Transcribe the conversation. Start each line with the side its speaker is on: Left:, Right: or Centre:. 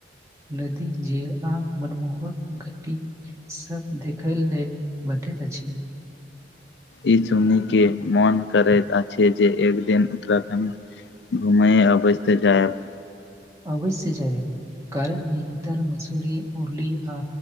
Right: नदी झील आ मनमोहक घटी सब देखय लेल बतैत अछि
Left: ई सुनी के मन करैत अछि जे एकदिन उत्तराखण्ड घुमै अवश्य जायब
Right: अवश्य जायब कारण नैनीताल मसूरी उरली आ